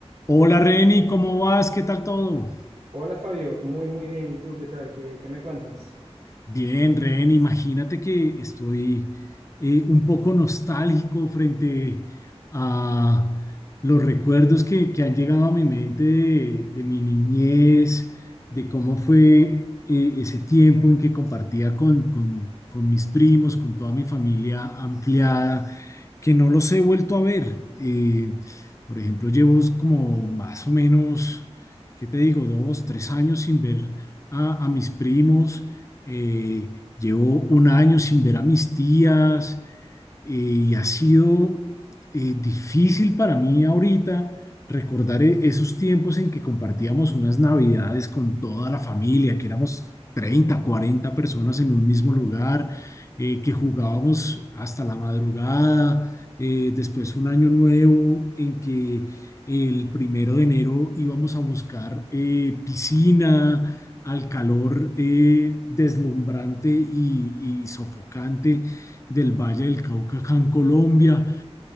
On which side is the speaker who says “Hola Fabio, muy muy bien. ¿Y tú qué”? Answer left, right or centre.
Right